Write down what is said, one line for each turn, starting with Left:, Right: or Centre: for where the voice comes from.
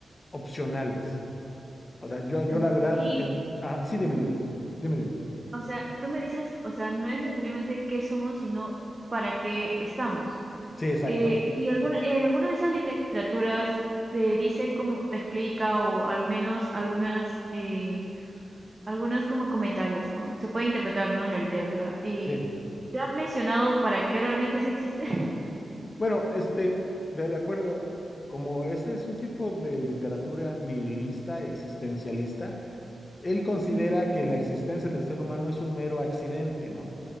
Left: opcionales, ¿no? O sea, yo, yo
Right: mm.
Left: la verdad,
Right: Y,
Left: em- ajá, sí, dime,
Right: ujú,
Left: dime, dime, dime.
Right: o sea, tú me dices, o sea, no es necesariamente qué somos, sino para qué estamos.
Left: Sí, exacto.
Right: Eh, y alguna, en alguna de esas literaturas te dice cómo te explica, o al menos algunas, eh, algunos como comentarios, ¿no? Se puede interpretar, ¿no? En la literatura. Y
Left: Sí.
Right: ¿te han mencionado para qué realmente se existe? <laughs>
Left: Bueno, este, de, de acuerdo, como ese es un tipo de literatura nihilista y existencialista, él considera
Right: Ujú.
Left: que la existencia del ser humano es un mero accidente, ¿no?